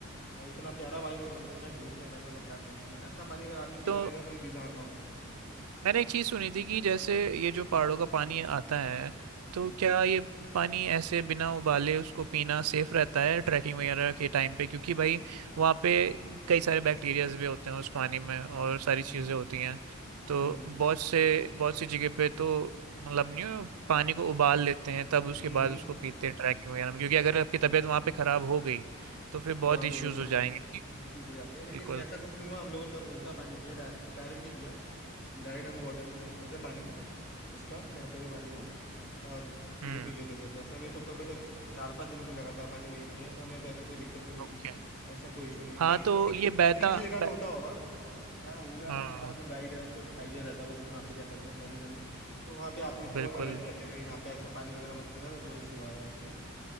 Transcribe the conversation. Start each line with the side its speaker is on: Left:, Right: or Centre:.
Left: भाई इतना प्यारा पानी लग- लगता था ना टेस्ट में भाई मतलब क्या कहेंगे मतलब ऐसा पानी अगर आदमी
Right: तो
Left: पीता रहे ना कभी बीमार ना हो
Right: मैंने एक चीज सुनी थी कि जैसे ये जो पहाड़ों का पानी आता है
Left: हम्म
Right: तो क्या ये पानी ऐसे बिना उबाले उसको पीना सेफ रहता है ट्रैकिंग वगैरह के टाइम पे क्योंकि भाई वहाँ पे कई सारे बैक्टीरियाज भी होते हैं उस पानी में और सारी
Left: हम्म
Right: चीजें होती हैं तो
Left: हम्म
Right: बहुत से बहुत सी जगह पे तो मतलब नहीं हो, पानी को उबाल लेते हैं तब उसके
Left: हम्म
Right: बाद उसको पीते हैं ट्रैकिंग वगैरह
Left: हम्म।
Right: में क्योंकि अगर आपकी तबीयत वहाँ पे खराब हो गई तो फिर बहुत
Left: हाँ
Right: इश्यूज
Left: तो तो फिर
Right: हो जाएंगे
Left: इश्यूज हो जाते हैं लेकिन
Right: बिल्कुल
Left: ऐसा कुछ नहीं हुआ हम लोगों ने तो वहीं का पानी पिया डायरेक्ट डायरेक्ट ही पिया डायरेक्ट हम बॉटल में भरते थे पानी उसका बहते हुए पानी को और सीधे
Right: हम्म
Left: पी लेते थे तो ऐसा में तो हमें तो चार पांच दिन हमने लगातार पानी वही पिया तो हमें तो ऐसे कोई दिक्कत नहीं हुई
Right: ओके
Left: तो ऐसा कोई इशू नहीं है
Right: हाँ
Left: कहीं किसी
Right: तो
Left: किसी
Right: ये पे- बहता
Left: किसी किसी जगह
Right: ब...
Left: पे होता होगा जहाँ हो गया
Right: हाँ
Left: तो मतलब तुम्हारा जो गाइड है उसको आइडिया रहता है वो कि कहाँ पे क्या करना है क्या नहीं करना तो वहाँ पे आप लोग को
Right: बिल्कुल
Left: अलर्ट कर देगा कि यहाँ पे ऐसा पानी वगैरह मत पीना तो जो इशू आए आपको